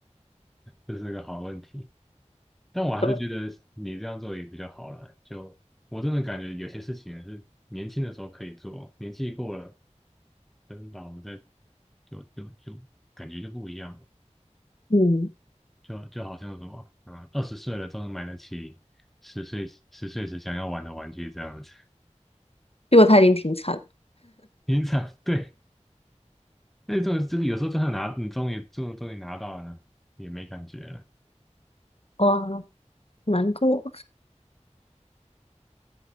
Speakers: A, in the centre; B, on the left.
A: 这是个好问题，但我还是觉得你这样做也比较好了。
B: 对，
A: 就我真的感觉有些事情是年轻的时候可以做，年纪过了跟老的就就就感觉就不一样了，
B: 嗯，
A: 就就好像什么啊，二十岁了都能买得起十岁十岁时想要玩的玩具这样子。
B: 因为他已经停产了，
A: 平常对，那种就是有时候就算拿，你终于终终于拿到了，也没感觉了。
B: 哇，难过。